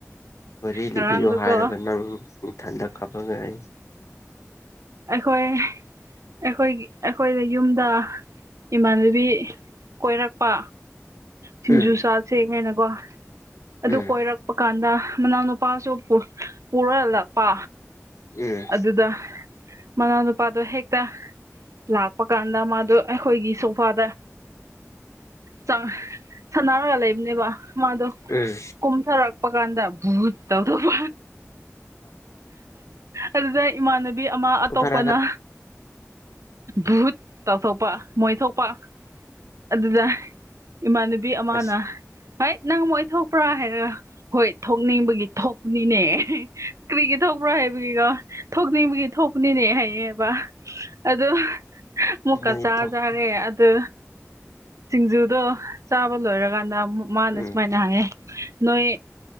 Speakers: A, on the left (about 75°); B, on the right (about 75°).
A: ꯋꯥꯔꯤ
B: ꯉꯔꯥꯡꯗꯨꯀꯣ
A: ꯂꯤꯕꯤꯌꯣ ꯍꯥꯏꯔꯒ ꯅꯪ ꯅꯊꯟꯗ <unintelligible>
B: ꯑꯩꯈꯣꯏ ꯑꯩꯈꯣꯏꯒꯤ ꯑꯩꯈꯣꯏꯗ ꯌꯨꯝꯗ ꯏꯃꯥꯟꯅꯕꯤ ꯀꯣꯏꯔꯛꯄ ꯁꯤꯡꯖꯨ
A: ꯎꯝ
B: ꯆꯥꯁꯦꯒꯥꯏꯅꯀꯣ ꯑꯗꯨ
A: ꯎꯝ
B: ꯀꯣꯏꯔꯛ ꯄ ꯀꯥꯟꯗ ꯃꯅꯥꯎꯅꯨꯄꯥꯁꯨ ꯄꯨ ꯄꯨꯔꯒ ꯂꯥꯛꯄ
A: ꯎꯝ
B: ꯑꯗꯨꯗ ꯃꯅꯥꯎꯅꯨꯄꯥꯗꯣ ꯍꯦꯛꯇ ꯂꯥꯛꯄ ꯀꯥꯟꯗ ꯃꯥꯗꯣ ꯑꯩꯈꯣꯏꯒꯤ ꯁꯣꯐꯥꯗ ꯆꯪ ꯁꯥꯅꯔꯒ ꯂꯩꯕꯅꯦꯕ ꯃꯥꯗꯣ
A: ꯎꯝ
B: ꯀꯨꯨꯝꯊꯥꯔꯛ ꯄ ꯀꯥꯟꯗ ꯚꯨꯠ ꯇꯧꯗꯧꯕ ꯑꯗꯨꯗ ꯏꯃꯥꯟꯅꯕꯤ ꯑꯃ ꯑꯇꯣꯞꯄꯅ
A: ꯀꯨꯝꯊꯔꯛꯑꯒ
B: ꯚꯨꯠ ꯇꯧꯊꯣꯛꯄ ꯃꯣꯏ ꯊꯣꯛꯄ ꯑꯗꯨꯗ ꯏꯃꯥꯟꯅꯕꯤ ꯑꯃꯥꯅ
A: ꯑꯁ
B: ꯍꯩꯏꯠ ꯅꯪ ꯃꯣꯏ ꯊꯣꯛꯄ꯭ꯔꯥ ꯍꯥꯏꯔꯒ ꯍꯣꯏ ꯊꯣꯛꯅꯤꯡꯕꯒꯤ ꯊꯣꯛꯄꯅꯤꯅꯦ ꯀ꯭ꯔꯤꯒꯤ ꯊꯣꯛꯄ꯭ꯔ ꯍꯥꯏꯕ ꯑꯗꯨꯒꯤꯗꯣ ꯊꯣꯛꯅꯤꯡꯕꯒꯤ ꯊꯣꯛꯄꯅꯤꯅꯦ ꯍꯥꯏꯌꯦꯕ ꯑꯗꯨ ꯃꯨꯛꯀꯥ
A: ꯅꯪꯗꯤ
B: ꯆꯥꯖꯦ
A: ꯊꯣꯛ
B: ꯍꯥꯏꯔꯦ ꯑꯗꯨ ꯁꯤꯡꯖꯨꯗꯣ ꯆꯥꯕ ꯂꯣꯏꯔꯀꯒꯥꯟꯗ ꯑꯃꯨꯛ ꯃꯥꯅ
A: ꯎꯝ
B: ꯁꯨꯃꯥꯏꯅ ꯍꯥꯏꯌꯦ ꯅꯣꯏ